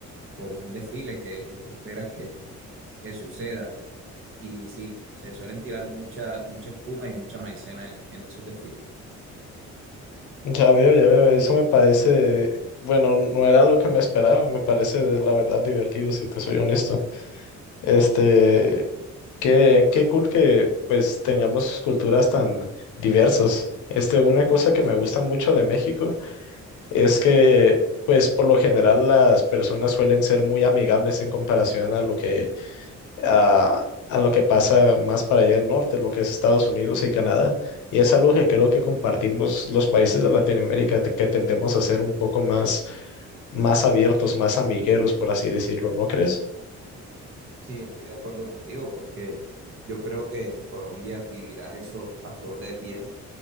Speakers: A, on the right; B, on the left.
A: por un desfile que, que esperas que, que suceda. Y sí, se suelen tirar mucha, mucha espuma y mucha maicena en, en esos desfiles.
B: Ya veo, ya veo, eso me parece, bueno, no era lo que me esperaba, me parece de la verdad divertido, si te soy honesto. Este, qué, qué cool que pues tengamos culturas tan diversas. Este, una cosa que
A: Así
B: me gusta
A: es.
B: mucho de México Es que, pues, por lo general las personas suelen ser muy amigables en comparación a lo que, a, a lo que pasa más para allá del norte, lo que es Estados Unidos y Canadá. Y es algo que creo que compartimos los países de Latinoamérica, te- que tendemos a ser un poco más, más abiertos, más amigueros, por así decirlo, ¿no crees?
A: Sí, estoy de acuerdo contigo porque yo creo que en Colombia vivirás eso a flor de piel